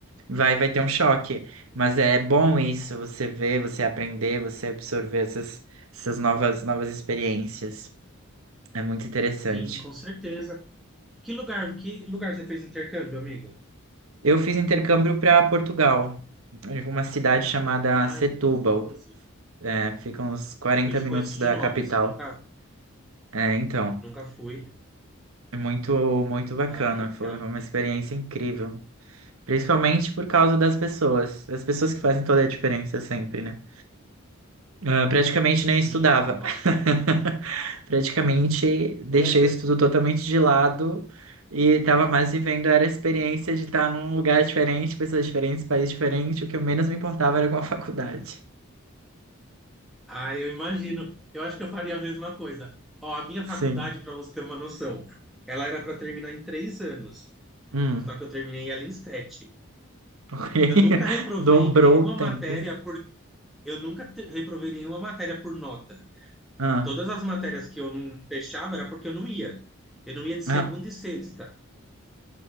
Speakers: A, on the right; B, in the centre.
A: vai, vai ter um choque, mas é bom isso, você ver, você aprender, você absorver essas, essas novas, novas experiências, é muito interessante.
B: Sim, com certeza. Que lugar, que lugar você fez intercâmbio, amigo?
A: Eu fiz intercâmbio para Portugal, em uma cidade chamada
B: Ai,
A: Setúbal.
B: que gostoso.
A: É, fica uns 40
B: Co- Eu
A: minutos
B: conheço de
A: da
B: nome,
A: capital.
B: assim, nunca,
A: É, então,
B: nunca fui.
A: é muito, muito bacana.
B: Ai, que
A: Foi
B: legal.
A: uma experiência incrível. Principalmente por causa das pessoas. As pessoas que fazem toda a diferença sempre, né? Ah, praticamente
B: Sim,
A: nem estudava.
B: nossa.
A: <laughs> Praticamente deixei
B: Essa,
A: o estudo totalmente de lado e estava mais vivendo era a experiência de estar num lugar diferente, pessoas diferentes, país diferente. O que eu menos me importava era com a <laughs> faculdade.
B: ai, eu imagino. Eu acho que eu faria a mesma coisa. Ó, a minha faculdade,
A: Sim.
B: para você ter uma noção, ela era para terminar em três anos.
A: Hum.
B: Só que
A: <laughs>
B: eu terminei ela em sete.
A: Ok.
B: Eu nunca reprovei
A: Dobrou
B: nenhuma
A: o tempo.
B: matéria por eu nunca te- reprovei nenhuma matéria por nota.
A: Ah,
B: Todas as matérias que eu não fechava era porque eu não ia. Eu não ia de segunda
A: ah,
B: e sexta.